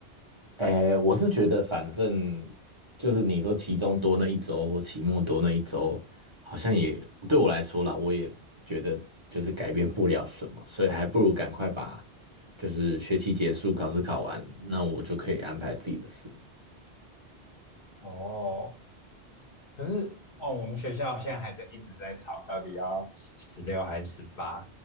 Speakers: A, on the right (about 30°); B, on the left (about 55°).
A: 哎，我是觉得反正就是你说期中多那一周或期末多那一周，好像也对我来说啦，我也觉得就是改变不了什么，所以还不如赶快把就是学期结束，考试考完，那我就可以安排自己的事。
B: 哦，可是哦，我们学校现在还在一直在吵，到底要十六还是十八？